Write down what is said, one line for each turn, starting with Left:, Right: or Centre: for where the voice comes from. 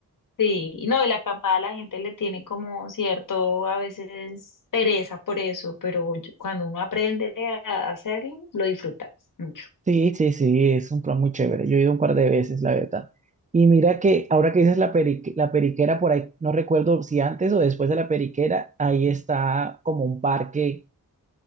Left: Sí, y no, y la acampada la gente le tiene como cierto, a veces pereza por eso, pero yo- cuando uno aprende a hacerlo, lo disfrutas mucho.
Right: Sí, sí, sí, es un plan muy chévere. Yo he ido un par de veces, la verdad. Y mira que ahora que dices la perique- la periquera por ahí, no recuerdo si antes o después de la periquera, ahí está como un parque,